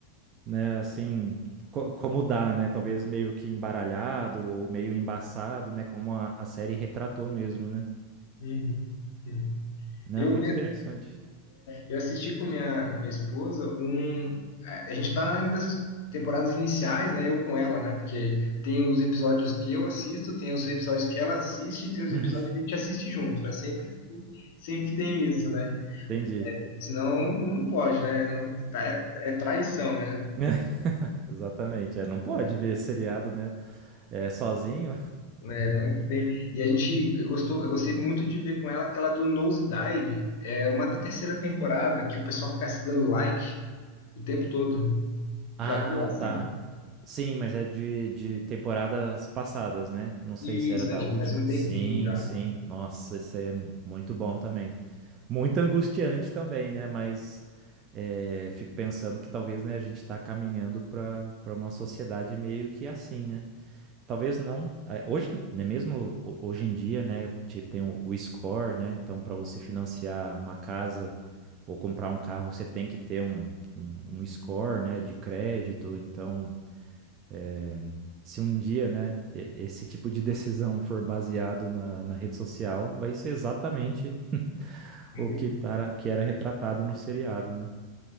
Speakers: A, on the right; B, on the left.
A: né? Assim, co- como dá, né? Talvez meio que embaralhado ou meio embaçado, né? Como a, a série retratou mesmo, né?
B: Uhum. Hum.
A: Né?
B: Eu,
A: Muito
B: né,
A: interessante.
B: Eu assisti com minha, minha esposa um. A gente tá nas temporadas iniciais, né? Eu com ela, né? Porque tem os episódios que eu assisto, tem os episódios que ela assiste e tem os
A: <laughs>
B: episódios que a gente assiste junto, né? Sempre, tem- sempre tem isso, né?
A: Entendi.
B: Senão não pode, né? Não- tá- é, é traição, né?
A: <laughs> Exatamente. É, não pode ver seriado, né? É, sozinho.
B: Né, não tem- E a gente eu gostou, eu gostei muito de ver com ela aquela do Nose Dive, é uma da terceira temporada que o pessoal fica se dando like o tempo todo. Já
A: Ah,
B: viu essa?
A: tá. Sim, mas é de, de temporadas passadas, né? Não sei
B: Isso,
A: se era da
B: é, já
A: última.
B: faz um tempinho
A: Sim,
B: já.
A: sim. Nossa, isso aí é muito bom também. Muito angustiante também, né? Mas é, fico pensando que talvez, né, a gente está caminhando para para uma sociedade meio que assim, né? Talvez não. é, Hoje, né, mesmo ho- hoje em dia, né, te- tem o, o score, né? Então, para você financiar uma casa ou comprar um carro, você tem que ter um, um, um score, né, de crédito. Então, é, se um dia, né, e- esse tipo de decisão for baseado na, na rede social, vai ser exatamente
B: <laughs>
A: o que, tara, que era retratado no seriado, né?